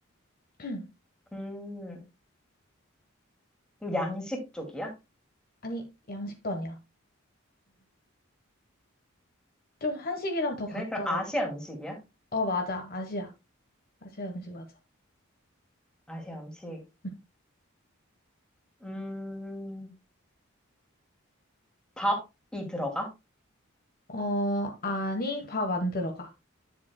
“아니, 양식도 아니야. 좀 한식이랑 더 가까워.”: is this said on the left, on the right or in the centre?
Left